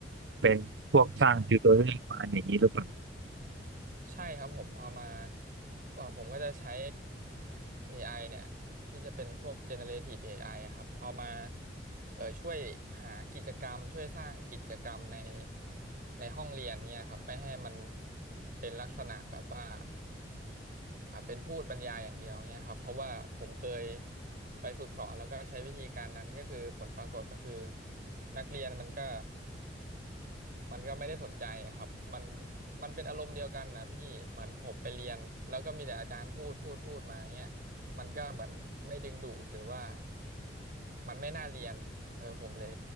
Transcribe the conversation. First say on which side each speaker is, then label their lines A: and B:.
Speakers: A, on the right; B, on the right.
A: เป็นพวกสร้างติวโตเรียลมาอย่างนี้หรือเปล่า
B: ใช่ ใช่ครับผมเอามาเอ่อผมก็จะใช้ AI เนี่ยที่จะเป็นพวก generative AI อไออะครับเอามาเอ่อช่วยหากิจกรรมช่วยสร้างกิจกรรมในในห้องเรียนเนี่ยครับไม่ให้มันเป็นลักษณะแบบว่าอ่ะเป็นพูดบรรยายอย่างเดียวเนี่ยครับเพราะว่าผมเคยไปฝึกสอนแล้วก็ใช้วิธีการนั้นก็คือผลปรากฏก็คือนักเรียนมันก็ มันก็ไม่ได้สนใจอะครับมันมันเป็นอารมณ์เดียวกันนะพี่เหมือนผมไปเรียนแล้วก็มีแต่อาจารย์พูดพูดพูดมาเงี้ยมันก็เหมือนไม่ดึงดูดหรือว่ามันไม่น่าเรียนเออผมเลย